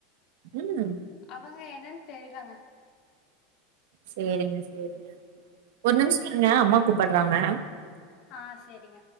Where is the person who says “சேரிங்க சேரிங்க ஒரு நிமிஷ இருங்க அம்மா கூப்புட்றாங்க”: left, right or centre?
Right